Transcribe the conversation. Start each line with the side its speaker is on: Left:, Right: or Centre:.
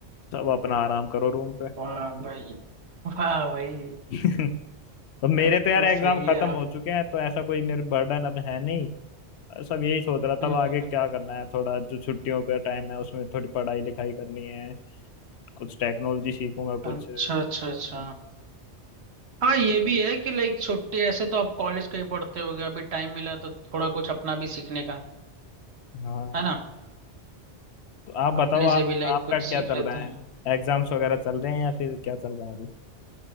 Left: सब अपना आराम करो रूम पे
Right: वाह भाई वाह भाई
Left: <laughs> तो मेरे
Right: तब
Left: तो यार
Right: तो
Left: एग्जाम
Right: सही
Left: खत्म
Right: है आप
Left: हो चुके हैं तो ऐसा कोई मेरे बर्डन अब है नहीं सब यही सोच रहा
Right: हम्म
Left: था अब आगे
Right: हम्म
Left: क्या
Right: हम्म।
Left: करना है थोड़ा जो छुट्टियों का टाइम है उसमें थोड़ी पढ़ाई लिखाई करनी है कुछ टेक्नोलॉजी सीखूंगा कुछ
Right: अच्छा अच्छा अच्छा हाँ ये भी है कि लाइक छुट्टी ऐसे तो आप कॉलेज का ही पढ़ते होगे अभी टाइम मिला तो थोड़ा कुछ अपना भी सीखने का
Left: हाँ
Right: है ना
Left: तो आप बताओ
Right: अपने
Left: आप
Right: से भी लाइक
Left: आपका
Right: कुछ
Left: क्या
Right: सीख
Left: चल
Right: लेते
Left: रहा है
Right: हैं
Left: एग्जाम्स वगैरह चल रहे हैं या फिर क्या चल रहा है अभी